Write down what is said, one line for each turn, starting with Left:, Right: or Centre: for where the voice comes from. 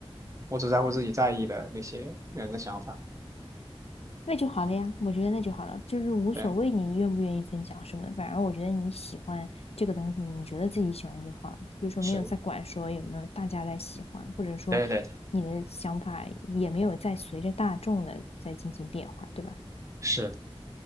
Right: 我只在乎自己在意的那些人的想法。
Left: 那就好了呀。我觉得那就好了，就是无所谓你愿不愿意分享什么的，
Right: 对，
Left: 反而我觉得你喜欢这个东西，你觉得自己喜欢就好了，就是说没有在管说有没有大家在喜欢，
Right: 是，
Left: 或者说你的想法也没有在随着大众的在进行变化，
Right: 对对对，
Left: 对吧？
Right: 是。